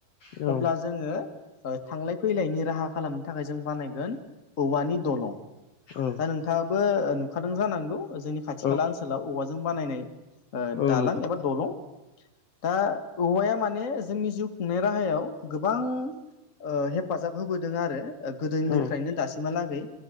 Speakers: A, on the left; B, on the left.
A: औ
B: अब्ला जोङो थांलाय फैलायनि राहा खालामनो थाखाय जों बानायगोन औवानि दलं
A: औ
B: दा नोंथाङाबो नुखादों जानांगौ जोंनि खाथि
A: औ
B: खाला ओनसोलाव औवाजों बानायनाय
A: औ
B: दालां
A: नुदों
B: एबा दलं दा औवाया माने जोंनि जिउ खुंनाय राहायाव गोबां ओ हेफाजाब होबोदों आरो गोदोनिफ्रायनो
A: औ
B: दासिमहालागै